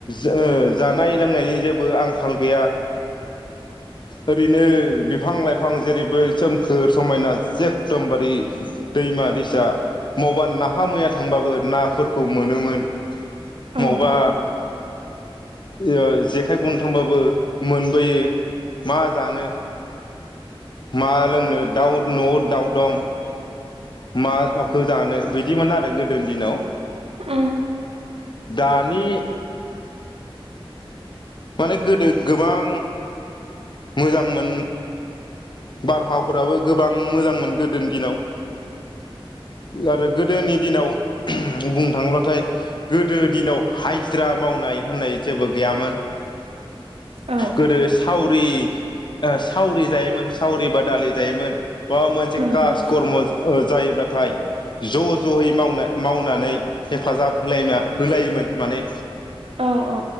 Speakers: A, on the left (about 55°); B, on the right (about 85°).
A: <unintelligible> जानाय लोंनायनि जेबो आं खाल गैया ओरैनो बिफां लाइफां जेरैबो सोमखोर समायना जेखदमबारि दैमा दैसा मबा नाहा मैया थांबाबो नाफोरखौ मोनोमोन।
B: औ
A: मबा ओ जेखाइ गुनथांबाबो मोनबोयो मा जानो मा लोंनो दाउ न'आव दाउ दं मा अखौ जानो बिदिमोन आरो गोदोनि दिनाव
B: उम
A: दानि माने गोदो गोबां मोजांमोन बारहावाफोराबो गोबां मोजां मोन गोदोनि दिनाव आरो गोदोनि दिनाव बुंनो थाङोब्लाथाय गोदो दिनाव हाइजिरा मावनाय होननाय जेबो गैयामोन
B: औ
A: गोदो साव बै ओ सावरि जायोमोन सावरि बादालि जायोमोन। माबा मोनसे कास
B: नंगौ
A: कर्म ओ जायोब्लाथाय ज जयै मावनाय मावनानै हेफाजाब होलायना होलायोमोन माने
B: औ औ